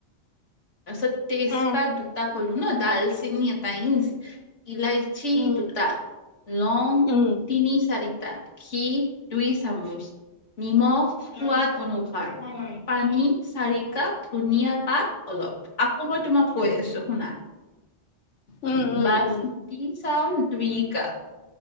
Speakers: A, on the left; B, on the left.
A: তাৰ পাছত, তেইছ
B: উম
A: পাত দুটা। বলো ন ডাল চেঙি <unintelligible> ইলাইচি
B: উম
A: দুটা, লং
B: উম
A: তিনি চাৰিটা খি দুই। চামুচ নিমখ সোৱাদ অনুসাৰ পানী চাৰি কাপ ধুনীয়া পাত অলপ আকৌ মই তোমাক কৈ আছো শুনা
B: উম উম
A: বাচমতি
B: উম
A: চাউল দুই কাপ